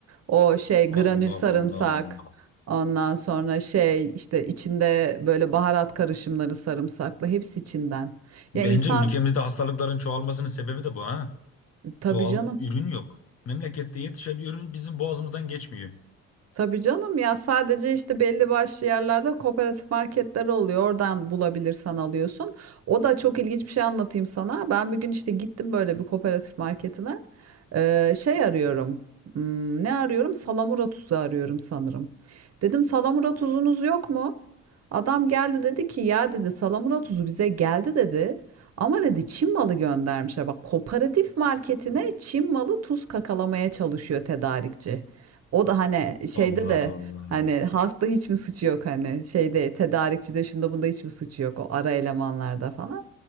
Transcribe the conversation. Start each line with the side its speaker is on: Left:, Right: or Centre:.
Right: O şey
Left: Allah
Right: granül sarımsak
Left: Allah.
Right: ondan sonra şey işte içinde böyle baharat karışımları sarımsaklı hepsi Çin'den.
Left: Bence
Right: Ya insan
Left: ülkemizde hastalıkların çoğalmasının sebebi de bu ha.
Right: tabii
Left: Doğal
Right: canım
Left: ürün yok. Memlekette yetişen ürün bizim boğazımızdan geçmiyor.
Right: Tabii canım ya sadece işte belli başlı yerlerde kooperatif marketler oluyor. Oradan bulabilirsen alıyorsun. O da çok ilginç bir şey anlatayım sana. Ben bir gün işte gittim böyle bir kooperatif marketine. Ee, şey arıyorum. Hmm, ne arıyorum? Salamura tuzu arıyorum sanırım. Dedim salamura tuzunuz yok mu? Adam geldi dedi ki ya dedi salamura tuzu bize geldi dedi. Ama dedi Çin malı göndermişler. Bak kooperatif marketine Çin malı tuz kakalamaya çalışıyor tedarikçi. O da hani şeyde
Left: Allah
Right: de
Left: Allah.
Right: hani halkta hiç mi suçu yok hani şeyde tedarikçide şunda bunda hiç mi suçu yok o ara elemanlarda falan.